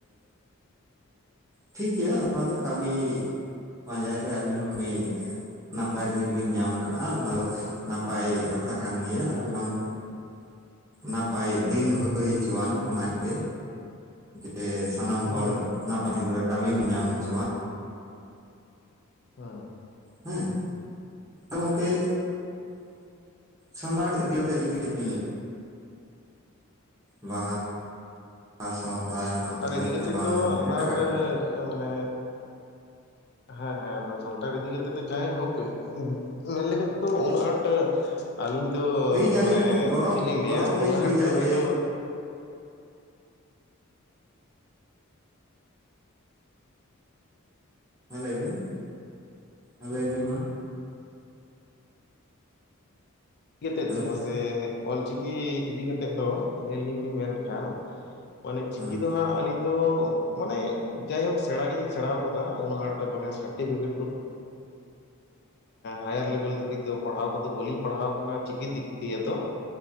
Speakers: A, on the right (about 15°); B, on the left (about 50°).
A: ᱴᱷᱤᱠ ᱜᱮᱭᱟ ᱚᱱᱟ ᱫᱚ ᱠᱟᱹᱢᱤ ᱯᱟᱸᱡᱟᱭ ᱨᱮ ᱟᱹᱵᱤᱱ ᱦᱚᱸ ᱠᱟᱹᱢᱤ ᱱᱟᱯᱟᱭ ᱫᱤᱱ ᱵᱤᱱ ᱧᱟᱢ ᱟᱠᱟᱜ-ᱟ ᱚᱱᱟ ᱫᱚ ᱱᱟᱯᱟᱭ ᱠᱟᱛᱷᱟ ᱠᱟᱱ ᱜᱮᱭᱟ ᱟᱨ ᱵᱟᱝ ᱱᱟᱯᱟᱭ ᱫᱤᱱ ᱦᱳᱭ ᱦᱚᱪᱚᱣᱟᱱ ᱚᱱᱟᱜᱮ ᱥᱮ ᱥᱟᱱᱟᱢ
B: ᱦᱮᱸ ᱦᱩᱸ
A: ᱦᱚᱲ ᱱᱟᱯᱟᱭ ᱫᱤᱱᱨᱮ ᱠᱟᱹᱢᱤ ᱵᱚᱱ ᱧᱟᱢ ᱦᱚᱪᱚᱣᱟᱱ ᱾
B: ᱚᱻ
A: ᱦᱮᱸ ᱜᱚᱝᱠᱮ ᱥᱟᱱᱛᱟᱲ ᱤᱫᱤ ᱠᱟᱛᱮ ᱡᱩᱫᱤ ᱠᱟᱹᱡ ᱵᱤᱱ ᱞᱟᱹᱭᱟ? ᱵᱟᱦᱟ ᱵᱟᱦᱟ ᱥᱚᱦᱨᱟᱭ
B: ᱥᱟᱱᱛᱟᱲ
A: ᱢᱟᱜ ᱢᱚᱬᱮ
B: ᱤᱫᱤ ᱠᱟᱛᱮᱫ
A: ᱟᱨ ᱵᱟᱝ
B: ᱛᱚ
A: ᱮᱴᱟᱠᱟᱜ
B: ᱟᱨ
A: ᱠᱚ ᱾
B: ᱢᱟᱱᱮ ᱦᱮᱸ ᱾ ᱦᱮᱸ ᱟᱫᱚ ᱥᱟᱱᱛᱟᱲ ᱤᱫᱤ ᱠᱟᱛᱮᱜ ᱡᱟᱭ ᱦᱳᱠ ᱢᱮᱱ ᱞᱮᱠᱟ ᱛᱮᱫᱚ ᱩᱱᱟᱹᱜ ᱟᱸᱴ ᱟᱹᱞᱤᱧ ᱫᱚ
A: ᱛᱮᱦᱤᱧ ᱟᱹᱞᱤᱧ
B: ᱢᱟᱱᱮ
A: ᱜᱚᱨᱚᱵᱽ
B: ᱪᱮᱫ ᱞᱤᱧ ᱞᱟᱹᱭᱟ
A: ᱜᱚᱨᱚᱵᱽ ᱞᱤᱧ
B: ᱩᱱᱟᱹᱜ
A: ᱵᱩᱡᱟ
B: ᱟᱴ ᱫᱚ ᱦᱚᱳᱭᱛᱳ
A: ᱡᱮ ᱦᱮᱸ ᱞᱟᱹᱭ ᱵᱤᱱ ᱦᱮᱸ ᱞᱟᱹᱭᱵᱤᱱ ᱢᱟ
B: ᱤᱫᱤ ᱠᱟᱛᱮᱮᱫ
A: ᱦᱮᱞᱳ
B: ᱫᱚ ᱥᱮ ᱚᱞᱪᱤᱠᱤ ᱤᱫᱤ ᱠᱟᱛᱮᱜ ᱫᱚ ᱞᱟᱹᱭᱞᱤᱧ ᱞᱤᱧ ᱢᱮᱱᱠᱷᱟᱱ ᱢᱟᱱᱮ ᱪᱤᱠᱤ
A: ᱦᱮᱸ
B: ᱫᱚ ᱦᱟᱸᱜ ᱟᱹᱞᱤᱧ ᱢᱟᱱᱮ ᱡᱟᱭᱦᱳᱠ ᱥᱮᱬᱟ ᱜᱮᱞᱤᱧ ᱥᱮᱬᱟ ᱟᱠᱟᱫᱟ ᱩᱱᱟᱹᱜ ᱟᱸᱴ ᱢᱟᱱᱮ ᱥᱟᱨᱴᱤᱯᱷᱤᱠᱮᱴ ᱦᱟᱭᱟᱨ ᱞᱮᱵᱮᱞ ᱫᱷᱟᱹᱨᱤᱡ ᱫᱚ ᱯᱟᱲᱦᱟᱣ ᱠᱚᱫᱚ ᱵᱟᱹᱞᱤᱧ ᱯᱟᱲᱦᱟᱣ ᱚᱱᱟ ᱪᱤᱠᱤ ᱫᱤᱠ ᱫᱤᱭᱮ ᱫᱚ